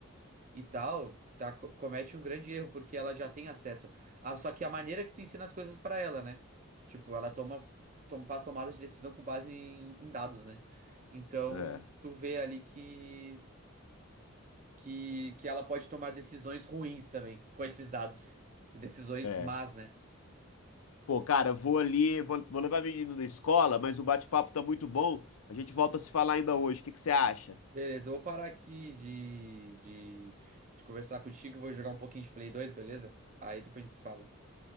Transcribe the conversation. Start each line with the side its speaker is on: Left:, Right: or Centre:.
Right: e, e tal, tá, co- comete um grande erro, porque ela já tem acesso. Ah, só que a maneira que tu ensina as coisas para ela, né? Tipo, ela toma, toma, faz tomadas de decisão com base em, em dados, né? Então,
Left: é.
Right: tu vê ali que, que, que ela pode tomar decisões ruins também com esses dados. Decisões
Left: É.
Right: más, né?
Left: Pô, cara, vou ali, vou, vou levar a menina na escola, mas o bate-papo tá muito bom. A gente volta a se falar ainda hoje. O que que você acha?
Right: Beleza, eu vou parar aqui de, de, de conversar contigo e vou jogar um pouquinho de Play 2, beleza? Aí depois a gente se fala.